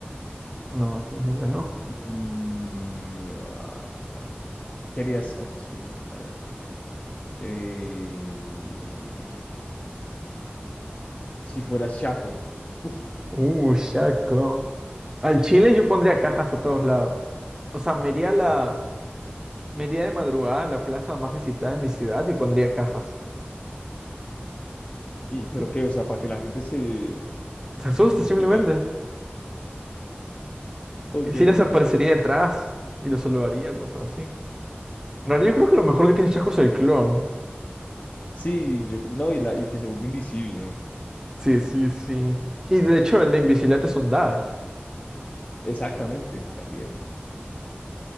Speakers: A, on the right (about 15°); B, on the left (about 35°).
A: No, definitivamente no.
B: Mm, ah, ¿qué harías? Ah, es que, a ver, eh, si fueras Shaco, uf,
A: Uh, Shaco. Al Chile yo pondría cajas a todos lados. O sea, me iría a la, me iría de madrugada a la plaza más visitada de mi ciudad y pondría cajas.
B: y, pero
A: Sí,
B: qué, o sea, para que la gente se,
A: Se asusta
B: se
A: simplemente.
B: estunee. Ok,
A: Y si les aparecería detrás y los saludaría, cosas así. En realidad yo creo que lo mejor que tiene Shaco es el clon.
B: sí, yo, cre- no, y, la, y que se vuelva invisible.
A: Sí, sí, sí. Y de hecho el de invisibilidad es un dash.
B: Exactamente, también.